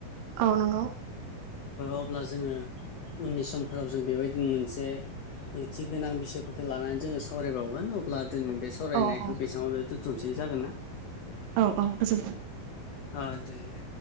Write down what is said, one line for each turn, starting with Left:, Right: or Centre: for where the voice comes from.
Right: औ नोंगौ
Left: अब्ला जोङो उननि समफोराव जों बेबायदिनो मोनसे ओंथि गोनां बिसयफोरखौ लानानै जोङो सावरायबावगोन अब्ला दिनै बे सावरायनायखौ
Right: औ औ
Left: बेसेबांवनो दोन्थ'सै जागोन ना
Right: औ औ गोजोनथों
Left: अ दे दे